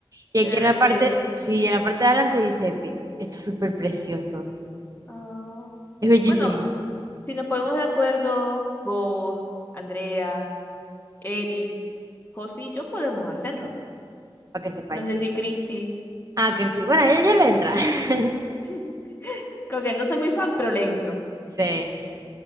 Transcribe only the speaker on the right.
Y aquí
en la
parte,
sí, en la parte de adelante dice Epic. Está súper precioso.
Es bellísimo,
para que sepáis.
Ah, Cristi, bueno, ella ya le entra. <laughs>
Sí.